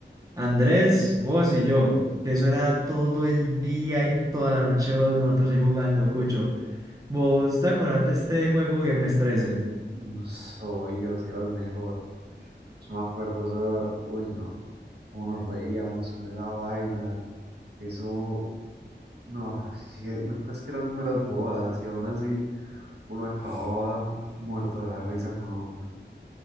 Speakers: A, on the right; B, on the right.
A: Andrés, vos y yo. Que eso era todo el día y toda la noche vos- nosotros ahí jugando, Cucho. ¿Vos te acordás de este juego Viernes Trece?
B: No soy yo si era el mejor. Yo me acuerdo eso, uy no, cómo nos reíamos con esa vaina. Eso, No, sí, lo peor es que eran números bobadas y aún así uno acababa muerto de la risa con,